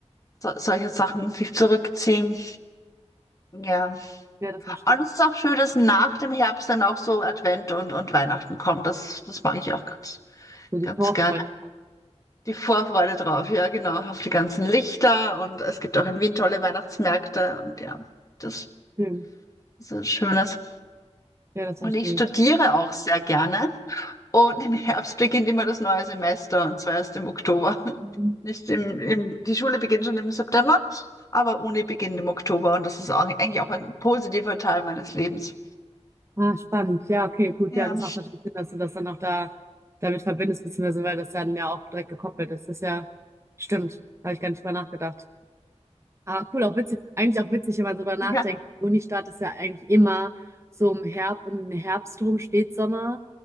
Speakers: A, on the left (about 30°); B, on the right (about 25°).
A: so, solche Sachen, sich zurückziehen. Ja.
B: ja, das
A: Und
B: verstehe
A: es
B: ich.
A: ist auch schön, dass nach dem Herbst dann auch so Advent und, und Weihnachten kommt. Das, das mag ich auch ganz,
B: So die
A: ganz
B: Vorfreude.
A: gerne. Die Vorfreude drauf, ja, genau, auf die ganzen Lichter und es gibt auch in Wien tolle Weihnachtsmärkte und ja, das,
B: Schön.
A: das ist Schönes.
B: Ja, das
A: Und
B: verstehe
A: ich studiere
B: ich.
A: auch sehr gerne. Und im Herbst beginnt immer das neue Semester und zwar erst im Oktober. <laughs>
B: Mhm.
A: Nicht im, im, die Schule beginnt schon im September, aber Uni beginnt im Oktober und das ist auch, eigentlich auch ein positiver Teil meines Lebens.
B: Ah, spannend. Ja, okay, gut.
A: Ja.
B: Ja, das macht natürlich Sinn, dass du das dann auch da damit verbindest, beziehungsweise weil das dann ja auch direkt gekoppelt ist. Das ist ja, stimmt. Habe ich gar nicht drüber nachgedacht. Aber cool, auch witzig. Eigentlich auch witzig, wenn man drüber nachdenkt.
A: Ja,
B: Unistadt ist ja eigentlich immer so im Herbst, um den Herbst rum, Spätsommer.